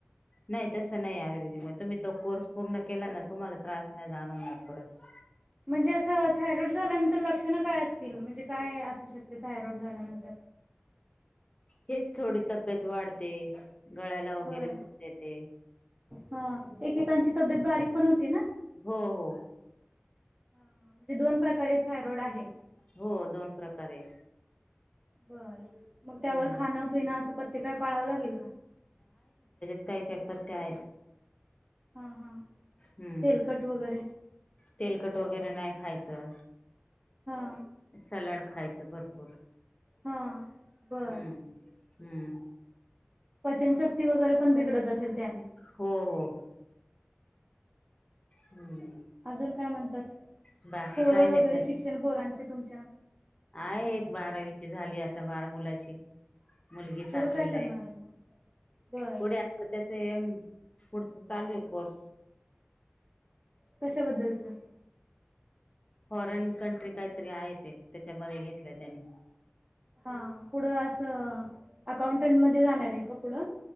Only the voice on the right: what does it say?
म्हणजे असं थायरॉइड झाल्यानंतर लक्षण काय असतील म्हणजे काय असू शकते थायरॉड झाल्यानंतर
बर
हा एकेकांची तब्येत बारीक पण होती ना
म्हणजे दोन प्रकारे थायरॉइड आहे.
बर मग त्यावर
खाणं पिणं असं पत्य काय पाळावं लागेल का
हा हा
तेलकट वगैरे
हा
हा बरं
पचनशक्ती वगैरे पण बिघडत असेल त्याने
अजून काय म्हणतात
पोरं
वगैरे
शिक्षण पोरांचे तुमच्या
पुढं काय करणार आहे मग बर
कशाबद्दलचा
हा पुढं असं अकाउंटंट मध्ये जाणार आहे का पुढं